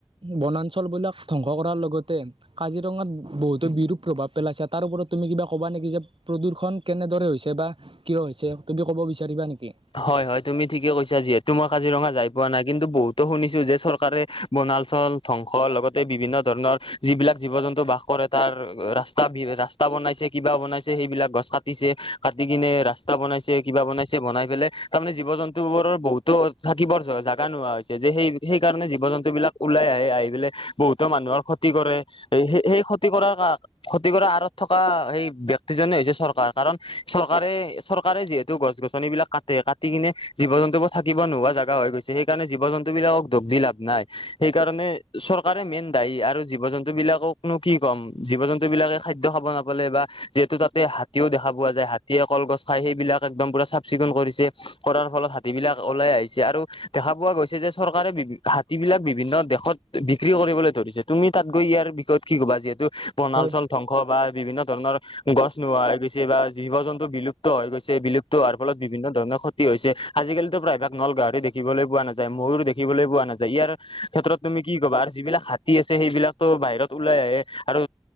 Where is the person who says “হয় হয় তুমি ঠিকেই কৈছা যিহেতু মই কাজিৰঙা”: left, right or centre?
Left